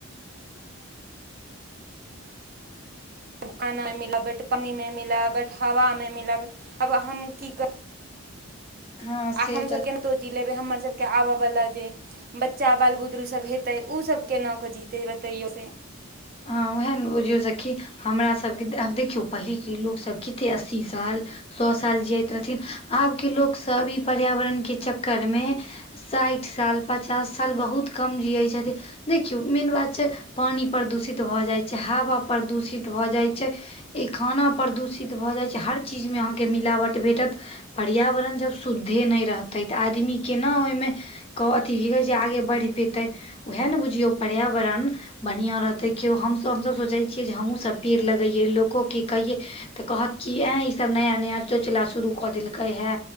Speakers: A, on the right (about 45°); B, on the left (about 25°).
A: <unintelligible> पानी मे मिलाबट, हावा मे मिलाबट, आब हम की क
B: हँ से
A: आ हम
B: तऽ
A: सब केनाहितो जी लेबै, हमर सबके आबवला जे बच्चा बाल बुतरु सब हेतै, उ सभ केना क जीतै, बतैयौ ते।
B: हं वैह ने बुझिऔ सखी। हमरा सबके आब देखियौ, पहिलेके लोक सब कतेक अस्सी साल सौ साल जियैत रहथिन, आबके लोक सब ई पर्यावरणके चक्कर में साठि साल पचास साल बहुत कम जियैत छथिन, देखियौ मेन बात छै पानी प्रदूषित भऽ जाइत छै, हवा प्रदूषित भऽ जाइत छै एहि खाना प्रदूषित भऽ जाइत छै, हर चीजमेऊ अहाँकेँ मिलावट भेटत। पर्यावरण जब शुद्धे नहि रहतै तऽ, आदमी केना ओहि में क अथी की कहे छै, आगे बढ़ि पेते उएह ने बुझियौ पर्यावरण बढ़िया रहतै कियौ हमसब सोचै छियै जे, हमहु सब पेड़ लगैयै लोकोके कहियै तऽ कहत कि ऐंय इसभ नया -नया चोंचला शुरू कऽ देलकै हे।